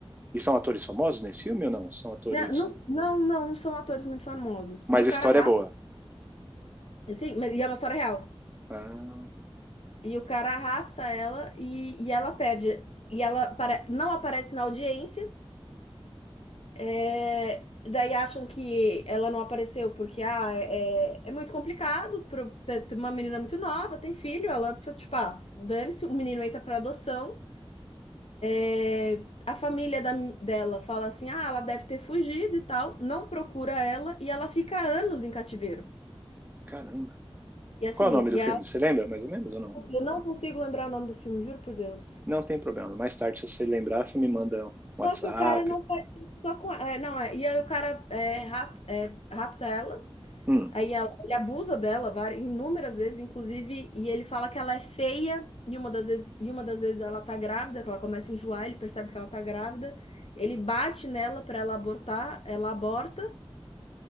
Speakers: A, on the right; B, on the left.
A: E são atores famosos nesse filme ou não? São atores.
B: Né, Não, não, não, são atores muito famosos.
A: Mas
B: E o
A: a
B: cara
A: história
B: rapta,
A: é boa.
B: sim, mas e é uma história real.
A: Ah,
B: E o cara rapta ela e, e ela pede. E ela apare- não aparece na audiência. é, Daí acham que ela não apareceu porque ah, é, é é muito complicado para uma menina muito nova, tem filho, ela, tipo, ah, dane-se, o menino entra para adoção. É, A família da- dela fala assim: ah, ela deve ter fugido e tal, não procura ela e ela fica anos em cativeiro.
A: caramba.
B: E assim,
A: Qual é o nome
B: e
A: do filme? Você lembra mais ou menos ou não?
B: Eu não consigo lembrar o nome do filme, juro por Deus.
A: Não tem problema. Mais tarde, se você lembrar, você me manda um WhatsApp.
B: Só que o cara não faz isso só com. É, não, é. E aí o cara é, rap, é, rapta ela,
A: Hum,
B: aí ela, ele abusa dela várias, inúmeras vezes, inclusive, e ele fala que ela é feia, e uma das vezes, e uma das vezes ela tá grávida, que ela começa a enjoar, ele percebe que ela tá grávida, ele bate nela pra ela abortar, ela aborta